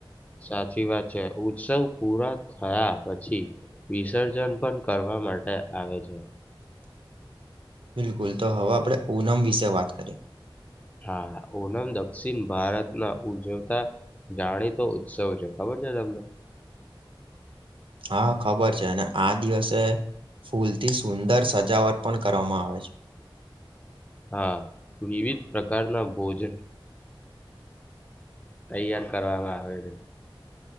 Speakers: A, on the left (about 15°); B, on the right (about 75°).
A: સાચી વાત છે ઉત્સવ પૂરા થયા પછી વિસર્જન પણ કરવા માટે આવે છે.
B: બિલકુલ તો હવે આપડણે ઓનમ વિશે વાત કરીએ
A: હા ઓ ઓનમ દ દક્ષિણ ભારતના ઉજવતા જાણીતો ઉત્સવ છે ખબર છે તમને
B: હા ખબર છે અને આ દિવસે ફૂલથી સુંદર સજાવટ પણ કરવામાં આવે છે.
A: હા વિવિધ પ્રકારના ભોજન તૈયાર કરવા આવે છે.